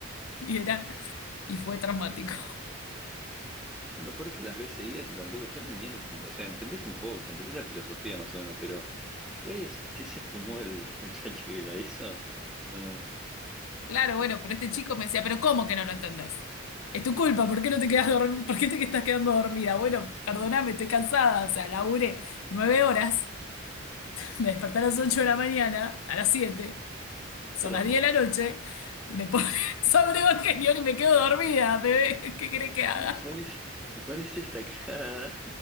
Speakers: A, on the left; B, in the centre.
A: Y era, y fue traumático.
B: No, lo peor es que las ves seguidas y tampoco yo ni las entiendo. O sea, entendés un poco, entendés la filosofía más o menos, pero pues, ¿qué se fumó el <laughs> muchacho que la hizo? No, no,
A: Claro, bueno, pero este chico me decía, pero ¿cómo que no lo entendés? Es tu culpa, ¿por qué no te quedas dorm- ¿Por qué te estás quedando dormida? Bueno, perdóname, estoy cansada, o sea, laburé nueve horas, <laughs> me desperté a las ocho de la mañana, a las siete, son
B: traumas.
A: las diez de la noche, me pone <laughs> sobre Evangelion y me quedo dormida, bebé, ¿qué querés que haga?
B: <laughs> ¿Pones, me pones esta cara?